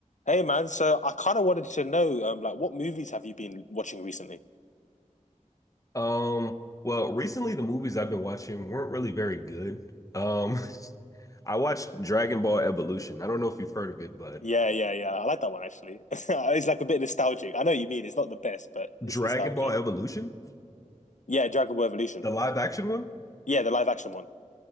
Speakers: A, on the left (about 70°); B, on the left (about 25°).
A: Hey man, so I kind of wanted to know, um, like, what movies have you been watching recently?
B: Um, well, recently the movies I've been watching weren't really very good. Um, <laughs> I watched Dragon Ball Evolution. I don't know if you've heard of it, but
A: Yeah, yeah, yeah. I like that one actually. <laughs> It's like a bit nostalgic. I know what you mean it's not the best, but it's
B: Dragon
A: nostalgic.
B: Ball Evolution,
A: Yeah, Dragon Ball Evolution.
B: the live action one,
A: Yeah, the live action one.